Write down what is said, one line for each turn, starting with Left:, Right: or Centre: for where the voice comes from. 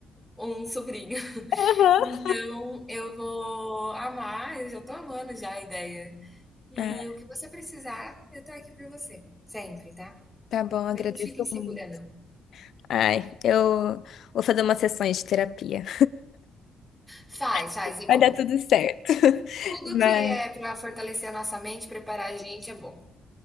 Centre: um sobrinho. <laughs>
Left: Aham.
Centre: Então, eu vou amar, eu já tô amando já a ideia. E
Left: Ah,
Centre: o que você precisar, eu tô aqui por você, sempre, tá?
Left: tá bom, agradeço
Centre: Mas não fica insegura,
Left: muito.
Centre: não.
Left: Ai, eu vou fazer umas sessões de terapia.
Centre: Faz,
Left: <laughs>
Centre: faz, é
Left: Vai
Centre: bom.
Left: dar tudo certo. <laughs>
Centre: Tudo
Left: Mas,
Centre: que é pra fortalecer a nossa mente, preparar a gente é bom.